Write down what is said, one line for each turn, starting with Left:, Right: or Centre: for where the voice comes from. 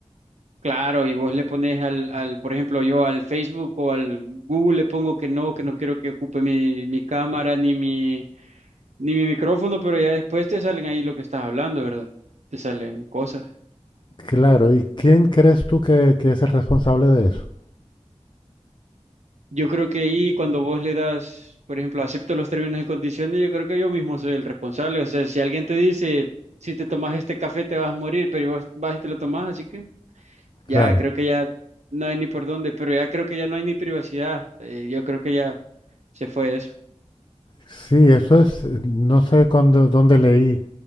Right: Claro, y vos le pones al, al, por ejemplo, yo al Facebook o al Google le pongo que no, que no quiero que ocupe mi, mi cámara ni mi, ni mi micrófono, pero ya después te salen ahí lo que estás hablando, ¿verdad? Te salen cosas.
Left: Claro, ¿y quién crees tú que, que es el responsable de eso?
Right: Yo creo que ahí cuando vos le das, por ejemplo, acepto los términos y condiciones, yo creo que yo mismo soy el responsable. O sea, si alguien te dice, si te tomas este café te vas a morir, pero vos vas y te lo tomas, así que
Left: Claro.
Right: ya creo que ya no hay ni por dónde, pero ya creo que ya no hay ni privacidad. Eh, yo creo que ya se fue eso.
Left: Sí, eso es, no sé cuándo- dónde leí